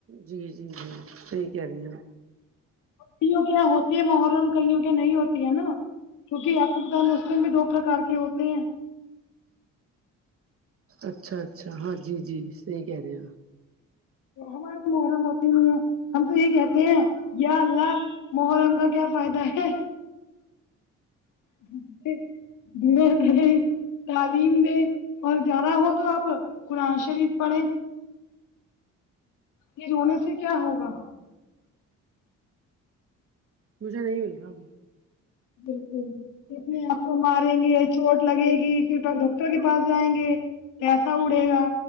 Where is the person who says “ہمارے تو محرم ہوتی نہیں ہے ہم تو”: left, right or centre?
Left